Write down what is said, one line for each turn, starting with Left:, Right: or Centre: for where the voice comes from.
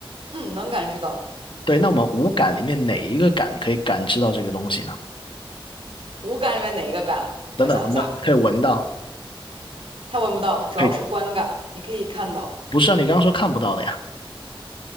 Right: 嗯，能感知到。
Left: 对，那我们五感里面哪一个感可以感知到这个东西呢？
Right: 五感里面哪一个感？
Left: 等等，
Right: 我想一下，
Left: 我们能可以闻到，
Right: 它闻不到，主要是观感，
Left: 可以，
Right: 你可以看到。
Left: 不是啊？你刚刚说看不到的呀。